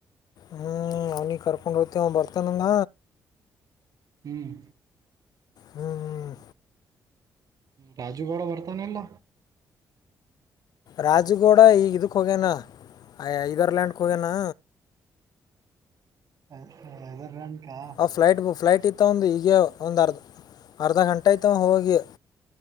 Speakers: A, on the left; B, on the right.
A: ಹ್ಞೂ ಅವನಿಗೆ ಕರ್ಕೊಂಡು ಹೋಗ್ವ ಬರ್ತೇನಂದು
B: ಹ್ಮ್
A: ಹ್ಮ್
B: ರಾಜು ಬೌಡ ಬರ್ತಾನೆಲ್ಲ
A: ರಾಜಗೌಡ ಈಗ ಇದಕ್ಕೆ ಹೋಗ್ಯನಾ ಇದದರ್ಲ್ಯಾಂಡ್ಗೆ ಹೋಗ್ಯನಾ
B: ಇದರ ಲ್ಯಾಂಡ್ ಗ
A: ಆ ಫ್ಲಟ್ ಬ ಫ್ಲಟ್ ಇತ್ತು ಒಂದು ಈಗ ಒಂದು ಅರ್ಧ ಅರ್ಧ ಗಂಟೆ ಆತ ಹೋಗಿ